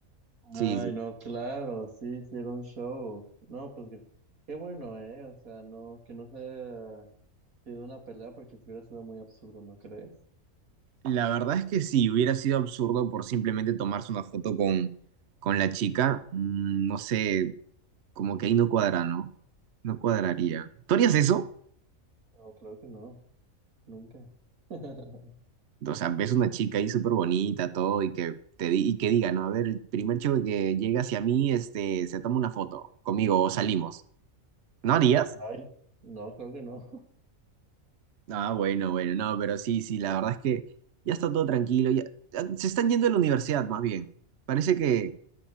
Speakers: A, on the right; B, on the right.
A: Sí,
B: Ay,
A: sí.
B: no, claro, sí, hicieron show. No, pues qué, qué bueno, ¿eh? O sea, no, que no se haya sido una pelea porque si hubiera sido muy absurdo, ¿no crees?
A: La verdad es que sí, hubiera sido absurdo por simplemente tomarse una foto con, con la chica, mm, no sé Como que ahí no cuadra, ¿no? No cuadraría. ¿Tú harías eso?
B: No, creo que no, nunca. <laughs>
A: O sea, ves una chica ahí súper bonita, todo, y que te di- y que diga, ¿no? A ver, el primer chico que llega hacia mí, este, se toma una foto conmigo o salimos. ¿No harías?
B: Ay, no, creo que no.
A: Ah, bueno, bueno, no, pero sí, sí, la verdad es que ya está todo tranquilo, ya, ya se están yendo a la universidad más bien. Parece que